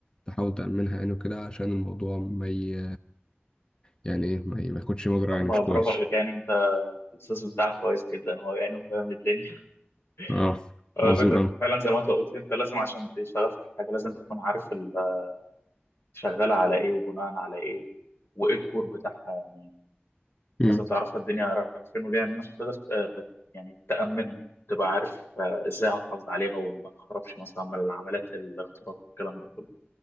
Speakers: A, on the left; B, on the left.
A: تحاول تأمنها يعني وكده عشان الموضوع ما ي... يعني ايه ما, ي... ما ياخدش مجرى يعني
B: أما
A: مش كويس
B: برافو عليك يعني أنت الأستاذ بتاعك كويس جدا هو يعني وفاهم الدنيا
A: اه
B: <laughs> هو
A: عظيم
B: الفكرة
A: أوي
B: فعلا زي ما أنت قلت أنت لازم عشان تشتغل في حاجة لازم تكون عارف ال- <laughs> شغالة على إيه وبناء على إيه و- وإيه الكور بتاعها يعني
A: مم.
B: لازم تعرف الدنيا رايحة فين وجاية منين عشان تقدر آه، يعني تأمنها تبقى عارف آه، إزاي هتحافظ عليها وما تخربش مثلا من عمليات الاختراق والكلام ده كله